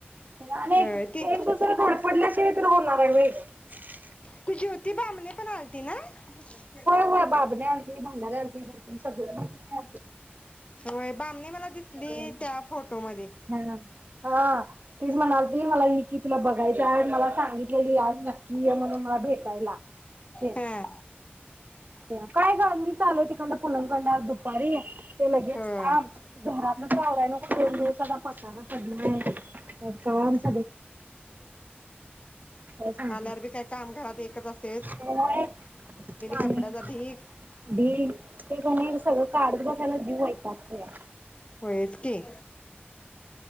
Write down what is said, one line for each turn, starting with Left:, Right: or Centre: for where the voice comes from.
Right: गं आणि
Left: होय ती
Right: एक दुसर धडपडल्या शिवाय तर होत होणार हाय व्हय गं
Left: ती ज्योती बामणी पण आल तीना होय.
Right: होय बाबड्या आलती, भंडारी आलती, भरपूर सगळं मैत्रिणी
Left: होय बामणी मला
Right: आलती.
Left: दिसली त्या फोटो मध्ये
Right: हा हा तीच म्हणाल ती मला इ की तुला बघायच हाय मला सांगितलेली, आज नक्की ये म्हणून मला भेटायला. तेन
Left: हा
Right: ते काय गं मीच आलोय तिकंड पुनम कडनं दुपारी ते लगेच
Left: होय
Right: काम घरातलं तर आवराय नको दोन दिवसाचा पसारा पडलायं. <inaudible> काय सांगते
Left: आल्यार बी काय काम घरात एकच असतयं.
Right: होय, पाणी
Left: कपड्याचा
Right: भांडी
Left: ढीग
Right: ते कणी सगळं काढत बसायला जीव वैतागतोया.
Left: व्हयचं की